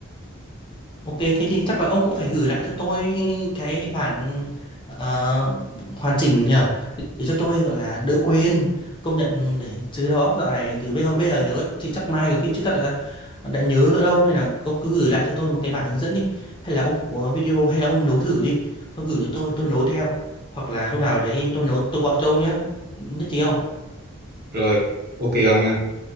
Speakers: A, on the left; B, on the right.
A: Ok, thế thì chắc là ông cũng phải gửi lại cho tôi cái bản ờ, hoàn chỉnh nhở để cho tôi gọi là đỡ quên công nhận để chứ đầu óc dạo này từ bây hôm bây giờ nhớ thì chắc mai có khi chứ chắc đã đã nhớ nữa đâu nên là ông cứ gửi lại cho tôi một cái bản hướng dẫn đi hay là ông có video hay là ông nấu thử đi xong gửi cho tôi tôi nấu theo hoặc là lúc nào đấy tôi nấu tôi gọi cho ông nhé nhất trí không
B: rồi ok ông nha